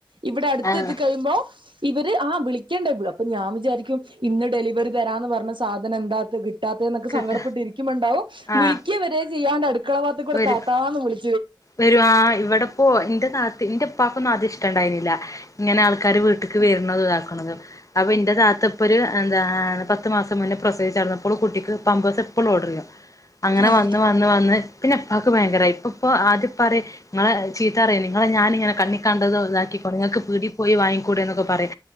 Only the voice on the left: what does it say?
ആഹ്
കിട്ട
ആഹ്
വരും
വരും ആഹ് ഇവിടെപ്പോ എന്റെ താത്ത് എന്റെപ്പാക്കൊന്നും ആദ്യം ഇഷ്ടണ്ടായിന്നില്ല ഇങ്ങനെ ആള് ക്കാര് വീട്ടിക്ക് വരണതു ഇതാക്കണുന്നത് അപ്പൊ എന്റെ താത്ത ഇപ്പൊ ഒരു എന്താണ് പത്ത് മാസം മുന്നേ പ്രൊസേച് അട്ന്നപ്പോളും കുട്ടിക്ക് പമ്പേഴസ് എപ്പോളു ഓഡർ ചെയ്യും അങ്ങനെ
വന്ന് വന്ന് വന്ന് പിന്നെ എപ്പക്ക് ഭയങ്കരമായി ഇപ്പൊ പ്പൊ ആദ്യ പ്പറി നിങ്ങളെ ചീത്തറിയ നിങ്ങളെ ഞാനിങ്ങനെ കണ്ണി കണ്ടതോ ഇതാക്കിക്കോട്ട ങ്ങൾക്ക് പീടി പോയി വാങ്ങിക്കൂടെ ന്നൊക്കെ പറയു